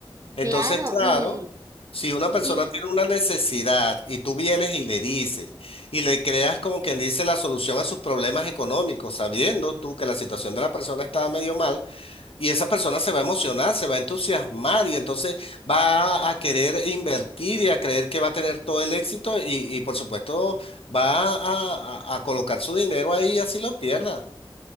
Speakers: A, on the left (about 80°); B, on the right (about 35°).
A: Entonces,
B: Claro,
A: claro,
B: y,
A: si una persona
B: y
A: tiene una necesidad y tú vienes y le dices y le creas como quien dice la solución a sus problemas económicos, sabiendo tú que la situación de la persona está medio mal, y esa persona se va a emocionar, se va a entusiasmar y entonces va a querer invertir y a creer que va a tener todo el éxito y, y por supuesto va a, a- a colocar su dinero ahí así lo pierda.